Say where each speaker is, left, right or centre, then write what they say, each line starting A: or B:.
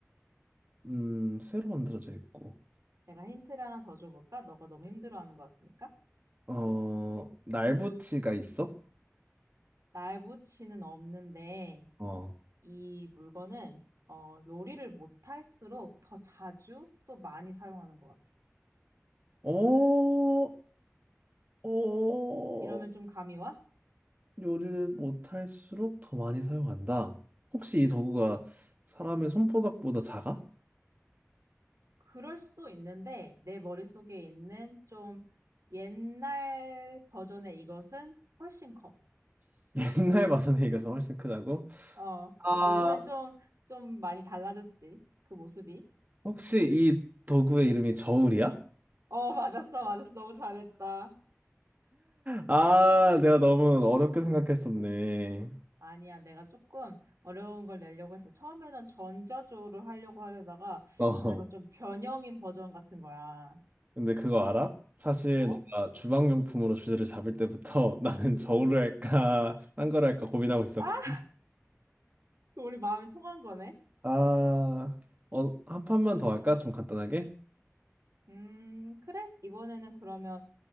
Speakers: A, on the right; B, on the right.
A: 음, 쇠로 만들어져 있고,
B: 내가 힌트를 하나 더 줘볼까? 너가 너무 힘들어하는 것 같으니까.
A: 어, 날붙이가 있어?
B: 날 붙이는 없는데,
A: 어,
B: 이 물건은 어, 요리를 못할수록 더 자주 또 많이 사용하는 것 같아.
A: 어, 어,
B: 이러면 좀 감이 와?
A: 요리를 못할수록 더 많이 사용한다. 혹시 이 도구가 사람의 손바닥보다 작아?
B: 그럴 수도 있는데 내 머릿속에 있는 좀 옛날 버전의 이것은 훨씬 커.
A: <laughs> 옛날 버전에 이가서 훨씬 크다고?
B: 어,
A: 아,
B: 요즘엔 좀, 좀 많이 달라졌지. 그 모습이.
A: 혹시 이 도구의 이름이 저울이야?
B: 어, 맞았어, 맞았어. 너무 잘했다.
A: 아, 내가 너무 어렵게 생각했었네.
B: 아니야, 내가 조금 어려운 걸 내려고 했어. 처음에는 전자조를 하려고 하려다가,
A: 어,
B: 아, 이건 좀 변형인 버전 같은 거야.
A: 근데 그거 알아? 사실
B: 뭐?
A: 너가 주방용품으로 주제를 잡을 때부터 <laughs> 나는 저울을 할까, 딴 걸 할까 고민하고 있었거든.
B: 아, 우리 마음이 통한 거네.
A: 아, 어, 한 판만 더 할까? 좀 간단하게?
B: 음, 그래. 이번에는 그러면,